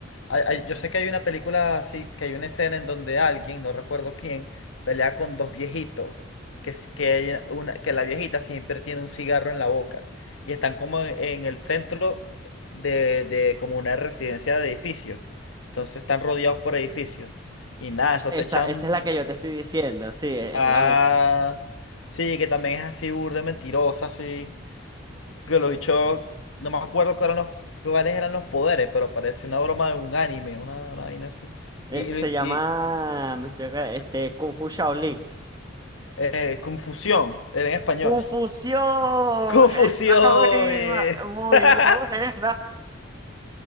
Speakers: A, on the left; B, on the right.
A: hay- hay- yo sé que hay una película así, que hay una escena en donde alguien, no recuerdo quién, pelea con dos viejitos, que, es- que, hay una, que la viejita siempre tiene un cigarro en la boca y están como en, en el centro de, de como una residencia de edificios, entonces están rodeados por edificios y nada, eso
B: Esa,
A: se echan,
B: esa es la que yo te estoy diciendo, sí, es,
A: ah,
B: es la misma.
A: sí, que también es así burda, mentirosa, así que lo dicho, no me acuerdo cuáles eran los, cuáles eran los poderes, pero parece una broma de un anime, una, una vaina así.
B: Eh,
A: Y, y,
B: se
A: lo in-
B: llama,
A: y,
B: me estoy acordando, este, Kung Fu Shaolin.
A: eh, confusión, era en español.
B: ¡Confusión!
A: Confusión.
B: <laughs> ¡Esa misma!
A: eh.
B: Muy
A: <laughs>
B: buena.